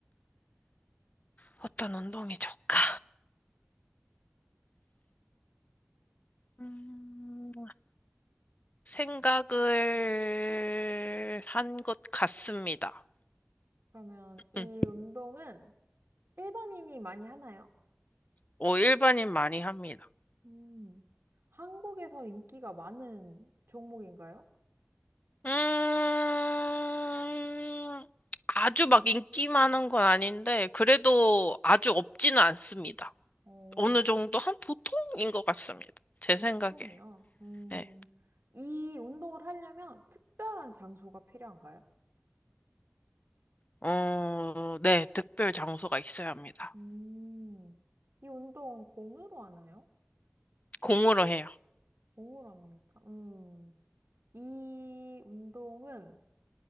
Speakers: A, on the left; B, on the right.
A: 어떤 운동이 좋을까? 음, 생각을 한 것 같습니다.
B: 그러면 이
A: 응.
B: 운동은 일반인이 많이 하나요?
A: 오, 일반인 많이 합니다.
B: 음, 한국에서 인기가 많은 종목인가요?
A: 음, 아주 막 인기 많은 건 아닌데, 그래도 아주 없지는 않습니다.
B: 어,
A: 어느 정도 한 보통인 것 같습니다. 제
B: 보통이요.
A: 생각에.
B: 음,
A: 네.
B: 이 운동을 하려면 특별한 장소가 필요한가요?
A: 어, 네, 특별 장소가 있어야 합니다.
B: 음, 이 운동 공으로 하나요?
A: 공으로 해요.
B: 공으로 합니까? 음, 이 운동은,